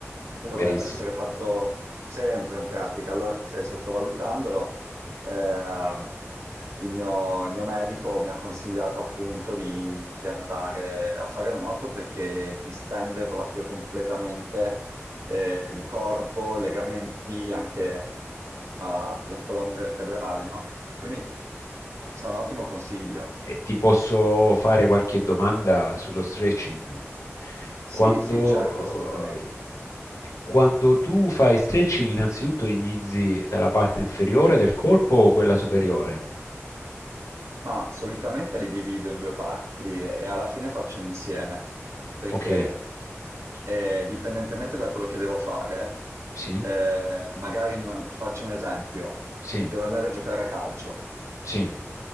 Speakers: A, on the right; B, on the left.
A: dovrebbe
B: è verissimo.
A: essere fatto Sempre in pratica, allora se sottovalutandolo, ehm, il mio, il mio medico mi ha consigliato appunto di, di andare a fare nuoto perché distende proprio completamente eh, il corpo, i legamenti, anche eh, la colonna vertebrale, no? Quindi mi sembra un ottimo consiglio.
B: E ti posso fare qualche domanda sullo stretching?
A: Sì,
B: Quando,
A: sì, certo, assolutamente.
B: quando tu fai stretching, innanzitutto inizi dalla parte inferiore del corpo o quella superiore?
A: Ma solitamente li divido in due parti e alla fine faccio un insieme, perché
B: Ok,
A: eh, dipendentemente da quello che devo fare,
B: sì,
A: eh, magari non- ti faccio un esempio,
B: sì,
A: devo andare a giocare a calcio.
B: sì,